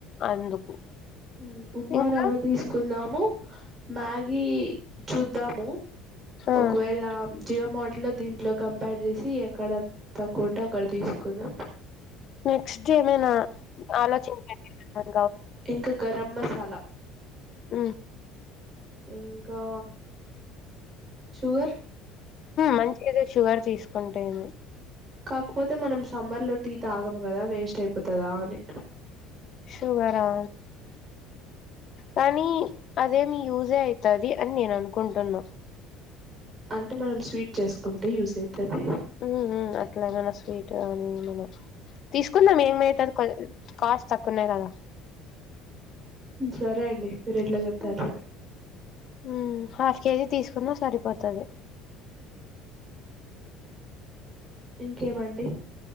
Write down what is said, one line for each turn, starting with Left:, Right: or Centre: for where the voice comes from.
Left: అందుకు
Right: మ్ ఉప్మా
Left: ఇంకా
Right: రవ్వ తీసుకుందాము మ్యాగీ చూద్దాము
Left: ఆ
Right: ఒకవేళ జియో మాట్లో దీంట్లో కంపేర్ చేసి ఎక్కడ తక్కువ ఉంటే అక్కడ తీసుకుందాం
Left: నెక్స్ట్ ఏమైనా ఆలోచించండి <unintelligible>
Right: ఇంక గరం మసాలా
Left: మ్
Right: ఇంకా షుగర్
Left: మంచిదే షుగర్ తీసుకుంటేంది
Right: కాకపోతే మనం సమ్మర్ లో టీ తాగం కదా వేస్ట్ అయిపోతదా అని
Left: షుగరా కానీ అదేమి యూజే అయితది అని నేను అనుకుంటున్నా
Right: అంటే మనం స్వీట్ చేసుకుంటే యూజైతది
Left: మ్మ్ అట్లా ఎమన్నా స్వీట్ కానీ ఏమన్నా తీసుకుందాం ఏమయితది కొం కాస్ట్ తక్కువనే కదా
Right: సరే అండి మీరు ఎట్లా
Left: బ్లాంక్
Right: చెప్తే అట్లా
Left: హుమ్ హాఫ్ కేజీ తీసుకున్న సరిపోతది
Right: ఇంకేమండి